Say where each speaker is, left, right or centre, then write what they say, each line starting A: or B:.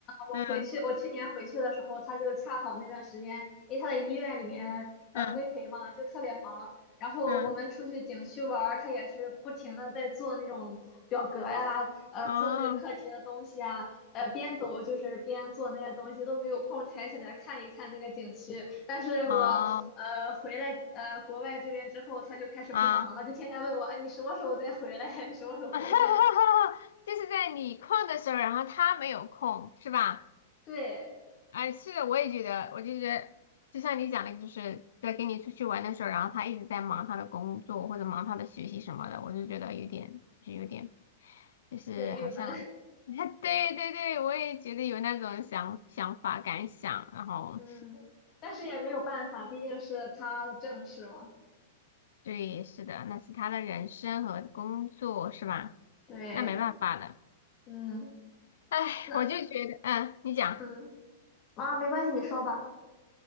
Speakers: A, on the left (about 25°); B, on the left (about 80°).
A: 我回去，
B: 嗯
A: 我去年回去的时候，她就恰好那段时间，因为她在医院里面呃规培嘛，
B: 嗯
A: 就特别忙。然后我们出去景区玩儿，
B: 嗯，嗯，
A: 她也是不停的在做那种表格呀，呃，
B: 哦
A: 做那个课题的东西啊，呃，边走就是边做那些东西，都没有空抬起来看一看那个景区。但是我呃，
B: 哦
A: 回来呃国外这边之后，他就开始不忙了，
B: 啊，
A: 就天天问我，啊，你什么时候再回来？<laughs> 你什么时候回来？
B: <laughs> 就是在你空的时候，然后他没有空，是吧？
A: 对，
B: 哎，是的，我也觉得，我就觉得，就像你讲的，就是在跟你出去玩的时候，然后他一直在忙他的工作或者忙他的学习什么的，我就觉得有点，就是有点，就是好像，
A: 有点郁闷，
B: <laughs> 对对对，我也觉得有那种想想法感想，然后，
A: <laughs> 嗯，但是也没有办法，毕竟是他的正事嘛。
B: <laughs> 对，是的，那是他的人生和工作是吧？
A: 对，
B: 那没办法的，
A: 嗯，
B: 哎，
A: 那
B: 我就觉得，嗯，你讲。
A: 嗯啊，没关系，你说吧。